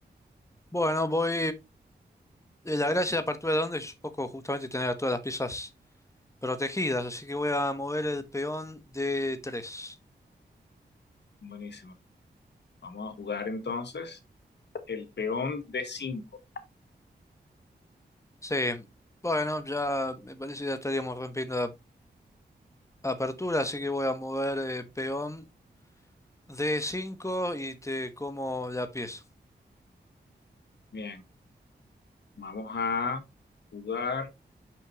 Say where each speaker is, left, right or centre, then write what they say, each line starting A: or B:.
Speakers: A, on the left; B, on the left.
A: Bueno, voy... eh, La gracia de la apertura de donde es un poco justamente tener a todas las piezas protegidas. Así que voy a mover el peón de 3.
B: Buenísimo. Vamos a jugar entonces el peón d cinco.
A: Sí. Bueno, ya me parece que ya estaríamos rompiendo la apertura. Así que voy a mover eh, peón D5 y te como la pieza.
B: Bien, vamos a jugar.